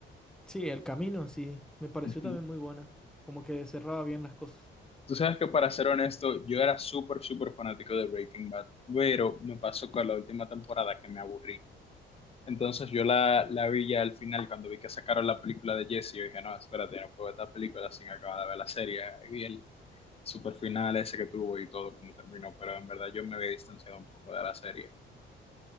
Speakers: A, in the centre; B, on the left (about 30°).
A: Sí, El Camino, sí, me pareció
B: Ujú.
A: también muy buena, como que cerraba bien las cosas.
B: Tú sabes que para ser honesto, yo era súper, súper fanático de Breaking Bad, pero me pasó con la última temporada que me aburrí. Entonces yo la, la vi ya al final cuando vi que sacaron la película de Jesse, yo dije, no, espérate, no puedo ver esta película sin acabar de ver la serie. Y Vi el super final ese que tuvo y todo como terminó, pero en verdad yo me había distanciado un poco de la serie.